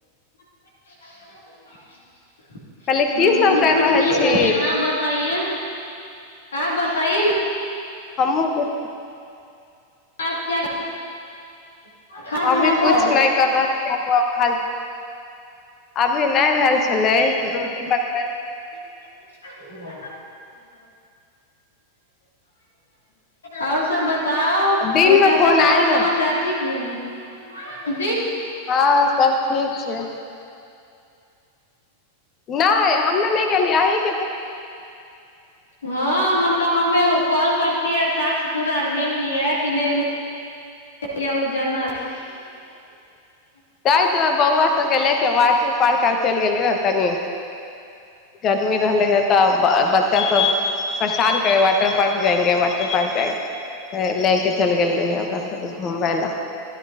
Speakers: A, on the left; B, on the left.
A: <unintelligible>
B: कहले की
A: हम
B: सब
A: अभी
B: कर
A: कुछ
B: रहल
A: नहि
B: छी
A: करे है अह बताइे आ बताइए ने
B: हमूँ किछ
A: आप क्या खाना
B: अभी
A: पीना
B: कुछ
A: भेल
B: नहि कर रहल छै अभी नहि भेल छलै रोटी बनबै
A: ओ आओर सब बताउ
B: दिन
A: बच्चा
B: मे फोन
A: सब के
B: आयल
A: हाल
B: रह
A: समाचार ठीक क आ
B: हँ ठीक छै नहि हममे नहििय अ
A: हँ ह तऽ हमे कॉल करतियै टास्क पूरा भेल यऽ कि नहि भेल क ओ जानना <unintelligible>
B: तत बौआ सबके लेके वाटर पार्क आर चलि गेली ने तनी गर्मी रहले हे तऽ बच्चा सब परेशान करे वाटर पार्क जाएंगे वाटर पार्क जाएे ले के चल गेल रहि ओकरा सा घुमबय ला